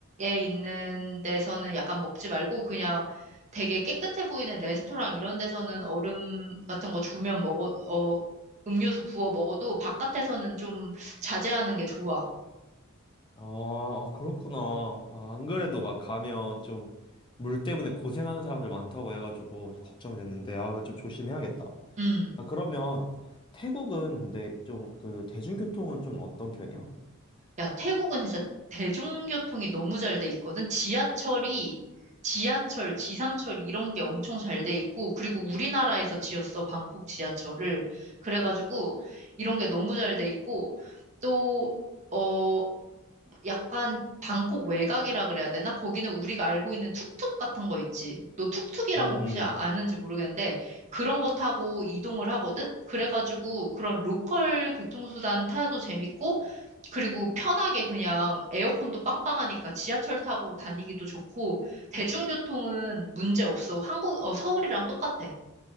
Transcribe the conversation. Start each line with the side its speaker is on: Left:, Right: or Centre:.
Right: 있는 데서는 약간 먹지 말고 그냥 되게 깨끗해 보이는 레스토랑 이런 데서는 얼음 같은 거 주면 먹어, 어, 음료수 부어 먹어도 바깥에서는 좀 자제하는 게 좋아.
Left: 아, 아, 그렇구나. 아, 안 그래도 막 가면 좀 물 때문에 고생하는 사람들 많다고 해가지고 좀 걱정이 됐는데 아, 그거 좀 조심해야겠다.
Right: 음.
Left: 아, 그러면 태국은 근데 좀 그 대중교통은 좀 어떤 편이야?
Right: 야, 태국은 진짜 대중교통이 너무 잘 돼 있거든. 지하철이, 지하철, 지상철 이런 게 엄청 잘 돼 있고, 그리고 우리나라에서 지었어, 방콕 지하철을. 그래가지고, 이런 게 너무 잘 돼 있고, 또, 어, 약간 방콕 외곽이라 그래야 되나? 거기는 우리가 알고 있는 툭툭 같은 거 있지. 너 툭툭이라고
Left: 음, 음.
Right: 혹시 아- 아는지 모르겠는데 그런 거 타고 이동을 하거든? 그래가지고 그런 로컬 교통수단 타도 재밌고 그리고 편하게 그냥 에어컨도 빵빵하니까 지하철 타고 다니기도 좋고 대중교통은 문제 없어. 한국, 어, 서울이랑 똑같아.